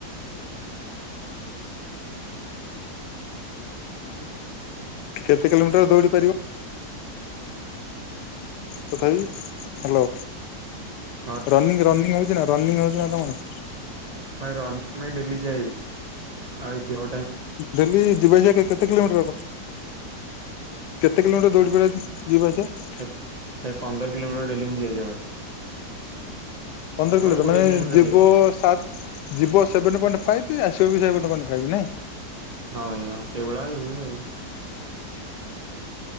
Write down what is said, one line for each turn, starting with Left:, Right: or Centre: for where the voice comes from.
Left: କି କେତେ କିଲୋମିଟର ଦୌଡି ପାରିବ। ତଥାପି ହ୍ୟାଲୋ
Right: ହଁ
Left: ରନିଂ ରନିଂ ହଉଛି ନା ରନିଂ ହଉଛି ନା ତମର?
Right: ଭାଇ ର ପାଇଁ ଡେଲି ଯାଏ ଆଉ ଏ ଦେହ ଟାଇ
Left: ଡେଲି ଯିବା ଆସିବା କେତେ? କେତେ କିଲୋମିଟର ହବ କେତେ କିଲୋମିଟର ଦୌଡି ପାରିବ ଯିବା ଆସିବା?
Right: ଏ ଭାଇ ପନ୍ଦର କିଲୋମିଟର ଡେଲି ମୁଁ ଯିବା ଆସିବ।
Left: ପନ୍ଦର କିଲୋମିଟର
Right: କୋଡ଼ିଏ
Left: ମାନେ ଯିବ
Right: ହେଇଯାଏ
Left: ସାତ ଯିବ ସେଭେନ ପଏଣ୍ଟ ଫାଇପି ଆସିବ ବି ସେଭେନ ପଏଣ୍ଟ ଫାଇପି ନାଇଁ।
Right: ହଁ ଆଜ୍ଞା ସେଭଳିଆ ଏଭଳିଆ ଆଉ।